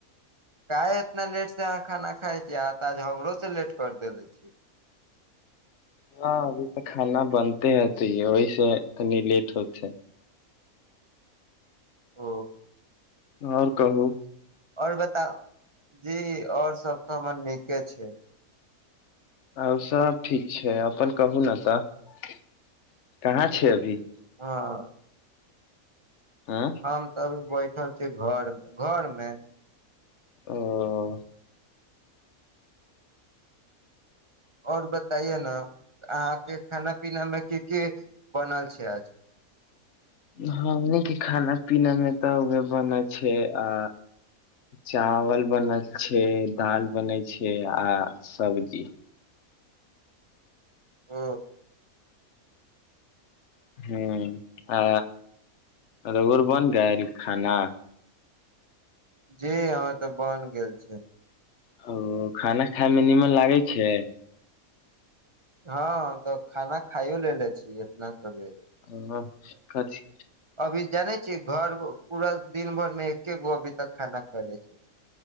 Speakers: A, on the right (about 20°); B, on the left (about 55°).
A: काहे इतना लेट से अहाँ खाना खाय छीयै आहाँ तऽ आज हमरो से लेट कर देेले छी
B: हँ अभी तऽ खाना बनते हतैयो ओहि से कनी लेट होतै
A: ओ
B: आओर कहू
A: आओर बताउ जी आओर सब तऽ हमर नीके छै
B: आओर सब ठीक छै अपन कहू न तऽ कहाँ छियै अभी
A: हँ
B: आँय
A: हम तऽ अभी बैठल छी घर घर मे
B: ओ
A: आओर बताइए न अहाँके खाना पीना मे की की बनल छै आज
B: हमनी के खाना पीना मे तऽ उहे बनल छै आ चावल बनल छै दाल बनै छै आ सब्जी
A: ओ
B: हुँ आ रौअर बन जायल खाना
A: जी हमर तऽ बन गेल छै
B: ओ खाना खाय मे निमन लागै छै
A: हँ तऽ खाना खाइयो लेलेे छी इतना सबेरे
B: हँ कथी
A: अभी जाने छी घर पूरा दिन भर मे एके गो अभी तक खाना खैले छी